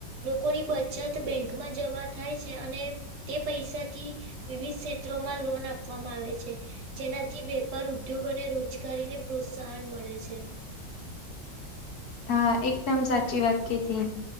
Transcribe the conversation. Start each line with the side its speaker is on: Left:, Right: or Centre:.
Right: લોકોની બચત બેંક માં જમા થાય છે અને તે પૈસા થી વિવિધ ક્ષેત્રોમાં લોન આપવામાં આવે છે. જેનાથી વેપાર ઉદ્યોગોને રોજગારીને પ્રોત્સાહન મળે છે. <inaudible>
Left: હા એકદમ સાચી વાત કતી